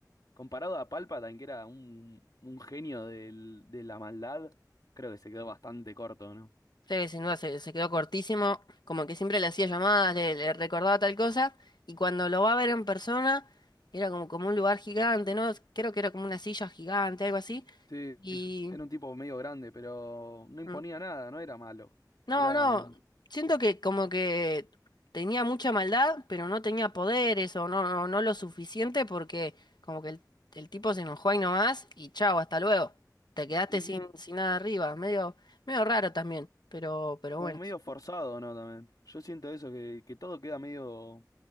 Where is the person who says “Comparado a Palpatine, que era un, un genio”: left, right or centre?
Left